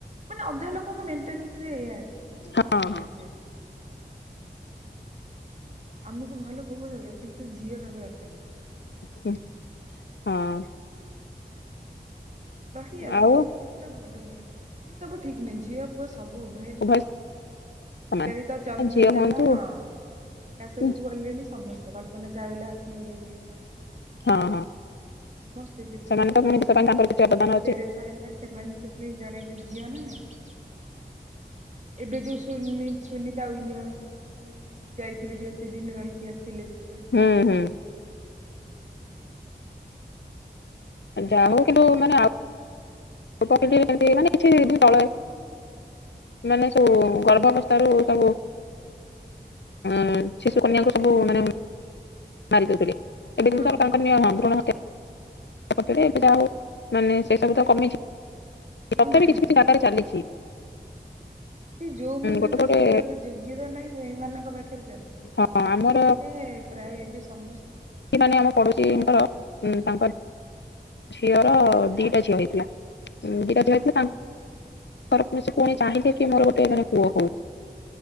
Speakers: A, on the right (about 40°); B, on the left (about 85°).
A: ମାନେ ଅଧା ଲୋକଙ୍କ ମେଣ୍ଟାଲିରେ ଏଇଆ ଅଛି ମାନେ ମନ
B: ହଁ
A: ରେ
B: ହଁ
A: ମାଇଣ୍ଡ ସେଟ୍ ହଁ କି ଆମକୁ ଭଲ ବୋହୁ ଦରକାର କିନ୍ତୁ ଝିଅ କାହାକୁ ଦରକାର ନାଇଁ।
B: ହୁ ହଁ।
A: ରହି ଆସିଛି
B: ଆଉ
A: କିନ୍ତୁ ଏଗୁଡା ଭଲ ନୁହେଁ ଏ ସବୁ ଠିକ ନୁହଁ ଝିଅ ପୁଅ ସବୁ ଉଭୟେ ମାନେ
B: ଉଭୟ
A: ସମାନ।
B: ସମାନ
A: ଆଜିକାଲି ତ ଚନ୍ଦ୍ରଯାନ
B: ଝିଅ ହୁଅନ୍ତୁ
A: ହଁ ଆକାଶକୁୁ
B: ହଁ
A: ଗଲେଣି ସମସ୍ତେ କଳ୍ପ ନା ଚାୱଲା ପୁଣି ଇଏ ସରୋଜିନୀ ନାଇଡୁ ହେଲା
B: ହଁ
A: ଏଇ ହେଲା। ସମସ୍ତେ ଯେତିକି
B: ସେମାନେ
A: ସବୁ
B: ତ ପୁଣି
A: ରହିଚନ୍ତି
B: ଦେଶ ପାଇଁ ତାଙ୍କର କିଛି ଅବଦାନ
A: ମଦର
B: ଅଛି।
A: ଟେରେସା ହେଲା ସେମାନେ ତ ପୁଣି ଜଣେ ଝିଅ ନା ନାଇଁ। ହଁ ଏବେ ଯୋଉ ସୁନି ସୁନିତା ୱିଲିୟମ ଉଁ ଯାଇଥିଲେ ଯୋଉ କେତେ ଦିନ ରହିକି ଆସିଲେ ସ୍ପେସ୍
B: ହୁଁ
A: ରେ।
B: ହୁଁ
A: ଯାଇକି ଇଏ କଲେ ନା <unintelligible>
B: ଆ ଯାଉ
A: କଣ
B: କିନ୍ତୁ
A: ଫରକ
B: ମାନେ
A: ଅଛି।
B: ଆଉ <unintelligible> ମାନେ କିଛି ଦିନ ତଳେ ମାନେ ସବୁ ଗର୍ଭାବସ୍ଥା ରୁ ସବୁ ହୁଁ ଶିଶୁ କନ୍ୟାକୁ ସବୁ ମାନେ ମାରି ଦଉଥିଲେ ଏବେ
A: ଭ୍ରୁଣ
B: କିନ୍ତୁ ସରକାରଙ୍କ
A: ହତ୍ୟା
B: ନିୟମ
A: ହଁ
B: ଭ୍ରୁଣ ତା ପରେ ଏବେ ଯାହା ହୋଉ ମାନେ ସେ ସବୁ ତ କମିଚି ତଥାପି
A: ଆଉ ନାହିଁ।
B: କିଛି କିଛି ଜାଗାରେ ଚାଲିଚି।
A: ସେ ଯୋଉମାନଙ୍କର
B: ଗୋଟେ ଗୋଟେ
A: ଶିକ୍ଷାଗତ ଯୋଗ୍ୟତା ନାଇ ସେଇମାନଙ୍କ ପାଖରେ ଚାଲେ।
B: ହଁ ଆମର
A: ନହେଲେ ପ୍ରାୟ ଏବେ ସମସ
B: ଏଇ ମାନେ ଆମ ପଡୋଶୀଙ୍କର ଉଁ ତାଙ୍କର ଝିଅର
A: ହଁ
B: ଦିଟା ଝିଅ ହେଇଥିଲା ଉଁ ଦିଟା ଝିଅ ହେଇଥିଲା ତାଙ୍କର ସେ ପୁଣି ଚାହିଁଲେ କି ମୋର ଗୋଟେ ମାନେ ପୁଅ ହଉ